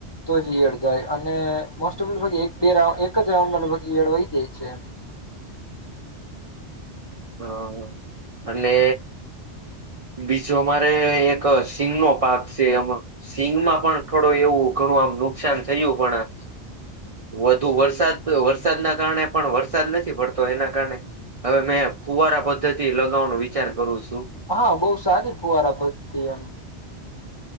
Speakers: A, on the left (about 25°); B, on the right (about 40°).
A: તો જ યડ જાય અને મોસ્ટ ઓફ લગભગ બે રાઉન્ એક જ રાઉન્ડ લગભગ યડ વહી જાય છે.
B: હા, અને બીજો અમારે એક સિંગ નો પાક છે એમાં. સિંગમાં પણ થોડું એવું ઘણું આમ નુકસાન થયું પણ. વધુ વરસાદ વરસાદના કારણે પણ વરસાદ નથી પડતો એના કારણે. હવે મેં ફુવારા પદ્ધતિ લગાવવાનો વિચાર કરું છું.
A: હા બહુ સારી ફુવારા બધતી એમ.